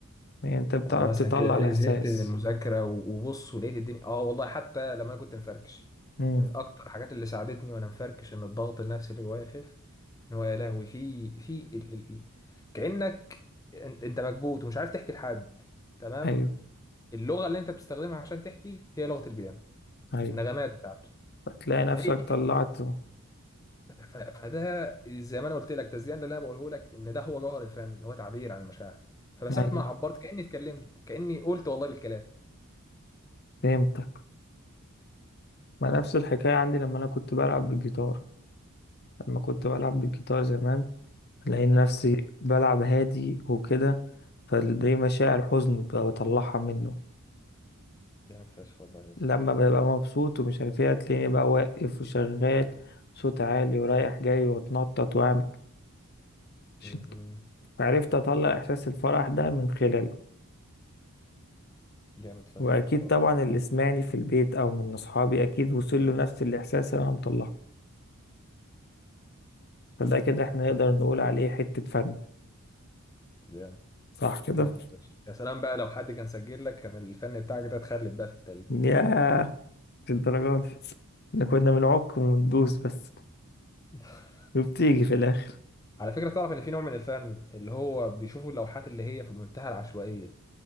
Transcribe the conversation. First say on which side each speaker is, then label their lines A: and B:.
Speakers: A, on the left; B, on the left.
A: يعني انت بتعرف
B: لما اه مثلا
A: تطلع
B: كده تطبيق
A: الاحساس
B: لأني تطبيق زهقت من البيانو المذاكرة و- وبص ولقيت الدنيا آه والله حتى لما أنا كنت مفركش
A: امم
B: من أكتر الحاجات اللي ساعدتني وأنا مفركش إن الضغط النفسي اللي جوايا يخف إن هو يا لهوي في في ال... ال... ال- كأنك أنت أنت مكبوت ومش عارف تحكي لحد تمام
A: ايوه
B: اللغة اللي أنت بتستخدمها عشان تحكي هي لغة البيانو
A: ايوه
B: النغمات بتاعته
A: فتلاقي نفسك
B: فهي
A: طلعته
B: ف- فده زي ما انا قلت لك تزيان اللي انا بقوله لك ان ده هو جوهر الفن هو تعبير عن المشاعر فمسافه
A: ايوه
B: ما عبرت كاني اتكلمت كاني قلت والله بالكلام
A: فهمتك ما نفس الحكايه عندي لما انا كنت بلعب بالجيتار لما كنت بلعب بالجيتار زمان الاقي
B: مم.
A: نفسي بلعب هادي وكده فدي مشاعر حزن ببقى بطلعها منه
B: جامد فشخ والله يا اسطى
A: لما ببقى مبسوط ومش عارف ايه هتلاقيني بقى واقف وشغال صوت عالي ورايح جاي واتنطط واعمل عشان
B: مم.
A: عرفت اطلع احساس الفرح ده من خلاله
B: جامد فشخ
A: واكيد
B: والله
A: طبعا اللي سمعني في البيت او من اصحابي اكيد وصل له نفس الاحساس اللي انا مطلعه فده كده احنا نقدر نقول عليه حتة فن
B: جامد
A: صح كده
B: جامد فشخ يا سلام بقى لو حد كان سجل لك كان الفن بتاعك ده اتخلد بقى في التاريخ
A: ياه في الدرجات دي احنا كنا بنعك وندوس بس
B: <laughs>
A: وبتيجي في الاخر
B: على فكره تعرف ان في نوع من الفن اللي هو بيشوفوا اللوحات اللي هي في منتهى العشوائيه